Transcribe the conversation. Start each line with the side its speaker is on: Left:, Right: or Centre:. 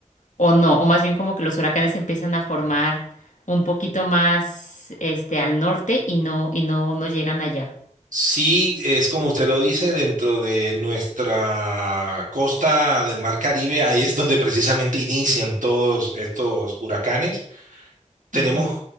Left: o no, o más bien como que los huracanes empiezan a formar un poquito más, este, al norte y no, y no, no llegan allá.
Right: Sí, es como usted lo dice, dentro de nuestra costa del Mar Caribe, ahí es donde precisamente inician todos estos huracanes. tenemos
Left: Ujú,